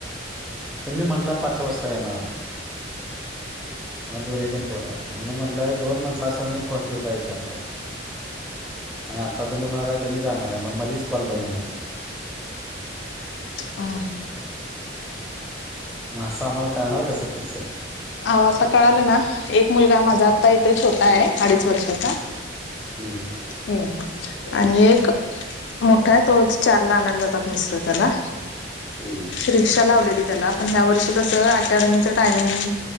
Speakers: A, in the centre; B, on the left.
A: तुम्ही म्हटला पाच वाजता येणार हाय? मग दोन्ही पण पोर, म्हणून म्हटलं दोन म्हटलं असा मी फोन ठेवू काय विचारणार होतो. आणि आता तुम्ही म्हणायलाय तुम्ही जाणार आहे, मग मधीच कॉल बंद होणार की? <inaudible>
B: ह
A: मग असं आम्हाला करणार कसं पिक्स हे?
B: होह आता कळालं ना एक मुलगा माझा आता येत छोटा आहे अडीच वर्षाचा
A: हम्.
B: हम् आणि एक मोठा आहे तो चारला आणायला जातात मिस्टर त्याला
A: हम्म,
B: रिक्षा लावलेली त्याला पण ह्या वर्षी कसं अकॅडमीचं टायमिंग